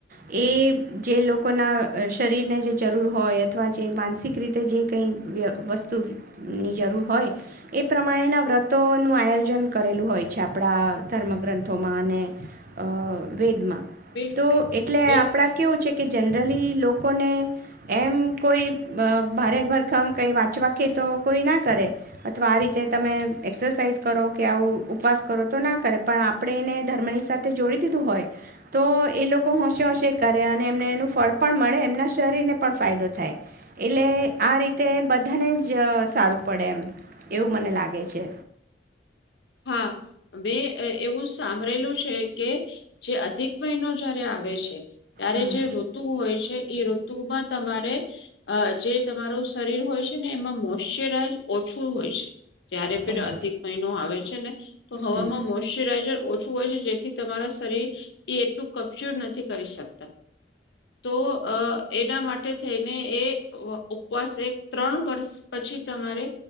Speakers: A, on the right; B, on the left.
A: એ જે લોકોના શરીરને જે જરૂર હોય અથવા જે માનસિક રીતે જે કઈ વસ્તુની જરૂર હોય, એ પ્રમાણેના વ્રતો નું આયોજન કરેલું હોય છે આપણા ધર્મ ગ્રંથોમાં અને અ વેદમાં.
B: બિલ
A: તો એટલે
B: બિલકુલ
A: આપડા કેવું છે કે જનરલી લોકોને, એમ કોઈ ભારે ભરખમ કંઈ વાંચવાખે તો કોઈ ના કરે, અથવા આ રીતે તમે એક્સરસાાઈઝ કરો કે આવું ઉપવાસ કરો તો ના કરે પણ આપણે એને ધર્મની સાથે જોડી દીધું હોય, તો એ લોકો લોકો હોંશે હોંશે કરે અને એમને એનું ફળ પણ મળે એમના શરીરને પણ ફાયદો થાય, એટલે આ રીતે બધાને જ સારું પડે એમ, એવું મને લાગે છે.
B: હા, મે એવું સાંભળેલું છે કે જે અધિક મહિનો જયારે આવે છે. ત્યારે
A: હમ
B: જે ઋતુ હોય છે. એ ઋતુમાં તમારે, અ જે તમારું શરીર હોય છે ને એમાં મોશ્ચરાઈઝ ઓછું હોય છે. જ્યારે પણ
A: હમ
B: અધિક મહિનો આવે છે. છે ને. તો હવામાં
A: હમ
B: મોશચરાઈઝર ઓછું હોય છે જેથી તમારા શરીર, એ એટલું કબજર નથી કરી શકતા, તો એના માટે થઈને એ ઉપવાસ એક ત્રણ વર્ષ પછી તમારે,